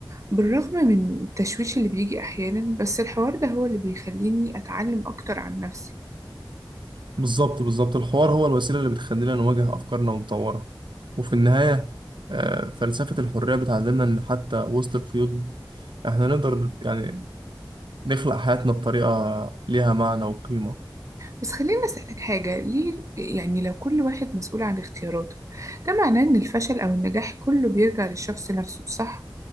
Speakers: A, on the right (about 40°); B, on the right (about 75°).
A: بالرغم من التشويش اللي بيجي أحيانا بس الحوار ده هو اللي بيخليني أتعلم أكتر عن نفسي
B: بالظبط بالظبط الحوار هو الوسيلة اللي بتخلينا نواجه أفكارنا ونطورها وفي النهاية آه، فلسفة الحرية بتعلمنا إن حتى وسط القيود احنا نقدر يعني نخلق حياتنا بطريقة ليها معنى وقيمة
A: بس خليني أسألك حاجة ليه يعني لو كل واحد مسؤول عن اختياراته ده معناه إن الفشل أو النجاح كله بيرجع للشخص نفسه صح؟